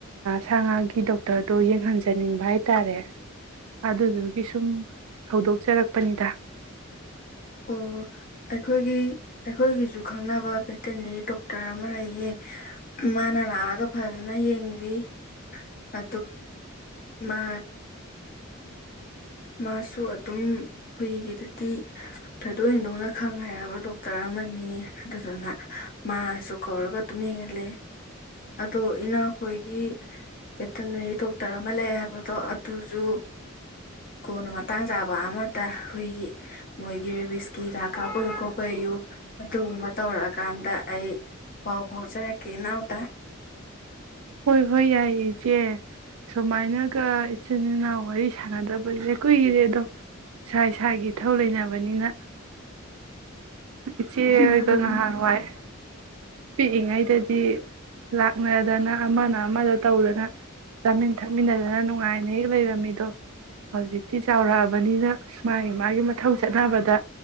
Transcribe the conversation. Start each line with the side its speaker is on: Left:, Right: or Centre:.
Right: ꯁꯥ ꯉꯥꯒꯤ ꯗꯣꯛꯇꯔꯗꯣ ꯌꯦꯡꯍꯟꯖꯅꯤꯡꯕ ꯍꯥꯏꯇꯥꯔꯦ ꯑꯗꯨꯗꯨ ꯁꯨꯝ ꯍꯧꯗꯣꯛꯆꯔꯛꯄꯅꯤꯗ
Left: ꯑꯣ ꯑꯩꯈꯣꯏꯒꯤ ꯑꯩꯈꯣꯏꯒꯤꯁꯨ ꯈꯪꯅꯕ ꯚꯦꯇꯤꯅꯔꯤ ꯗꯣꯛꯇꯔ ꯑꯃ ꯂꯩꯌꯦ ꯃꯥꯅ ꯂꯥꯛꯑꯒ ꯐꯖꯅ ꯌꯦꯡꯕꯤ ꯑ ꯃꯥ ꯃꯥꯁꯨ ꯑꯗꯨꯝ ꯍꯨꯏꯒꯤꯗꯗꯤ ꯊꯣꯏꯗꯣꯛ ꯍꯦꯟꯗꯣꯛꯅ ꯈꯪ ꯍꯥꯏꯔꯕ ꯗꯣꯛꯇꯔ ꯑꯃꯅꯤ ꯑꯗꯨꯗꯨꯅ ꯃꯥꯁꯨ ꯀꯧꯔꯒ ꯑꯗꯨꯝ ꯌꯦꯡꯍꯂ° ꯑꯗꯣ ꯏꯅꯥꯈꯣꯏꯒꯤ ꯚꯦꯇꯅꯔꯤ ꯗꯣꯛꯇꯔ ꯑꯃ ꯂꯩ ꯍꯥꯏꯕꯗꯣ ꯑꯗꯨꯁꯨ ꯀꯣꯟꯅ ꯃꯇꯥꯡ ꯆꯥꯕ ꯑꯃꯗ ꯍꯨꯏꯒꯤ ꯃꯣꯏꯒꯤ ꯔꯦꯕꯤꯁꯀꯤ ꯍꯤꯗꯥꯛ ꯀꯥꯞꯄꯌꯨ ꯈꯣꯠꯄꯌꯨ ꯑꯗꯨꯒꯨꯝꯕ ꯇꯧꯔꯛꯑꯀꯥꯟꯗ ꯑꯩ ꯄꯥꯎ ꯐꯥꯎꯖꯔꯛꯀꯦ ꯏꯅꯥꯎꯗ
Right: ꯍꯣꯏ ꯍꯣꯏ ꯌꯥꯏ ꯏꯆꯦ ꯁꯨꯃꯥꯏꯅꯒ ꯏꯆꯤꯟ ꯏꯅꯥꯎ ꯋꯥꯔꯤ ꯁꯥꯟꯅꯗꯕꯁꯦ ꯀꯨꯏꯔꯦ ꯑꯗꯣ ꯏꯁꯥ ꯏꯁꯥꯒꯤ ꯏꯊꯧ ꯂꯩꯅꯕꯅꯤꯅ ꯏꯆꯦ ꯍꯣꯏꯒ
Left: ꯑꯗꯨꯝ
Right: ꯉꯥꯍꯥꯜ ꯋꯥꯏ ꯄꯤꯛꯏꯉꯩꯗꯗꯤ ꯂꯥꯛꯅꯗꯅ ꯑꯃꯅ ꯑꯃꯗ ꯇꯧꯗꯅ ꯆꯥꯃꯤꯟ ꯊꯛꯃꯤꯟꯅꯗꯅ ꯅꯨꯡꯉꯥꯏꯅ ꯍꯦꯛ ꯂꯩꯔꯝꯃꯤꯗꯣ ꯍꯧꯖꯤꯛꯇꯤ ꯆꯥꯎꯔꯛꯑꯕꯅꯤꯅ ꯃꯥꯒꯤ ꯃꯥꯒꯤ ꯃꯊꯧ ꯆꯠꯅꯕꯗ